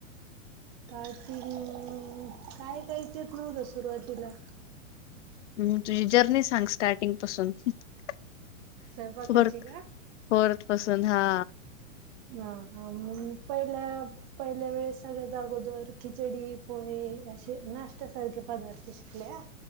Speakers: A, on the right; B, on the left.
A: तर त काय काय तेच नव्हतं सुरुवातीला,
B: हम् तुझी जर्नी सांग स्टार्टिंग पासून, <inaudible>
A: स्वयंपाकाची
B: बर
A: का?
B: फरत पसून हा.
A: ह ह पहिला. पहिल्या वेळेस सगळे जागोदर खिचडी पोहे असे नाश्त्या सारखे पदार्थ शिकल्या आ